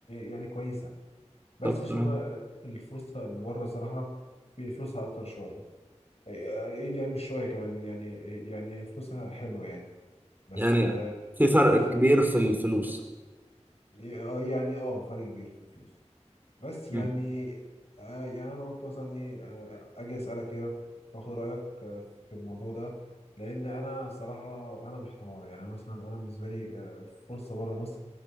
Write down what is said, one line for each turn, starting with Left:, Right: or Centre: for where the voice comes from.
Left: يعني كويسة بس
Right: طب
Left: الشغل
Right: تمام.
Left: الفرصة اللي بره صراحة في فلوسها أكتر شوية آه، يعني مش شوية كمان يعني يعني فلوسها حلوة يعني بس
Right: يعني
Left: ف
Right: في فرق
Left: هي دي الفكرة
Right: كبير في الفلوس
Left: إيه، اه يعني اه فرق كبير في الفلوس بس يعني
Right: مم.
Left: آه يعني انا قلت مثلا ايه آه اجي اسالك كده واخد رايك آه في الموضوع ده لان انا صراحة انا محتار يعني مثلا انا بالنسبة لي آه فرصة بره مصر